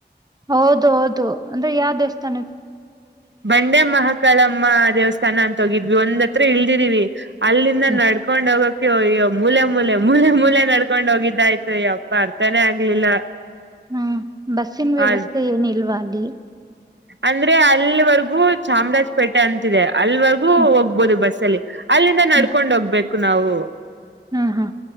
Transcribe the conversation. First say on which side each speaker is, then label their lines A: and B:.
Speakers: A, on the right (about 20°); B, on the right (about 80°).
A: ಹೌದು ಹೌದು ಅಂದ್ರೆ ಯಾವ ದೇವಸ್ಥಾನ ಇ
B: ಬಂಡೆ ಮಹಾಕಳಂ ಅಮ್ಮ ದೇವಸ್ಥಾನ ಅಂತ ಹೋಗಿದ್ವಿ ಒಂದ್ ಹತ್ರ ಇಲ್ದಿದೀವಿ ಅಲ್ಲಿಂದ
A: ಹ್ಮ್
B: ನಡ್ಕೊಂಡ್ ಹೋಗಕ್ ಅ್ಯೋಯ್ಯೋ ಮೂಲೆ ಮೂಲೆ ಮೂಲೆ ಮೂಲೆ ನಡ್ಕೊಂಡ್ ಹೋಗಿದ್ದಾಯ್ತು ಯಪ್ಪ ಅರ್ಥನೇ ಆಗ್ಲಿಲ್ಲ
A: ಹ್ಮ್ ಬಸ್ಸಿನ ವ್ಯವಸ್ಥೆ
B: ಅ
A: ಏನಿಲ್ವಾ ಅಲ್ಲಿ
B: ಅಂದ್ರೆ ಅಲ್ವರ್ಗೂ ಚಾಮರಾಜಪೇಟೆ ಅಂತಿದೆ ಅಲ್ವರ್ಗೂ
A: ಹ್ಮ್
B: ಹೋಗ್ಬೋದು ಬಸ್ ಅಲ್ಲಿ ಅಲ್ಲಿಂದ ನಡ್ಕೊಂಡ್
A: ಹ್ಮ್
B: ಹೋಗ್ಬೇಕು ನಾವು
A: ಹಾ ಹಾ